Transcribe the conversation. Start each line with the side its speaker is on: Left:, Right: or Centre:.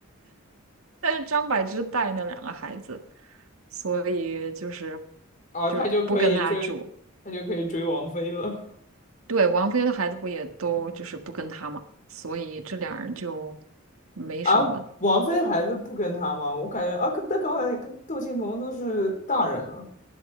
Right: 但是张柏芝带那两个孩子，所以就是
Left: 哦、
Right: 就是不跟他住。
Left: 他就可以追，他就可以追王菲了
Right: 对，王菲的孩子不也都就是不跟他嘛，所以这俩人就没什么。
Left: 啊。王菲孩子不跟他吗？我感觉啊，可但刚才跟窦靖童都是大人啊。